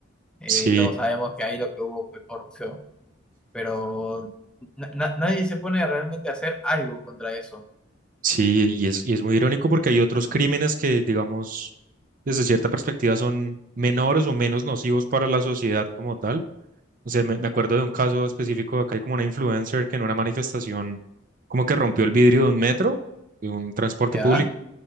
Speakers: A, in the centre; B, on the right.
A: Eh,
B: sí,
A: todos sabemos que ahí lo que hubo fue corrupción, pero na- na- nadie se pone a realmente hacer algo contra eso.
B: sí, y es, y es muy irónico porque hay otros crímenes que, digamos, desde cierta perspectiva son menores o menos nocivos para la sociedad como tal. O sea, me, me acuerdo de un caso específico, acá hay como una influencer que en una manifestación como que rompió el vidrio de un metro, de un transporte
A: ¿Ya?
B: público.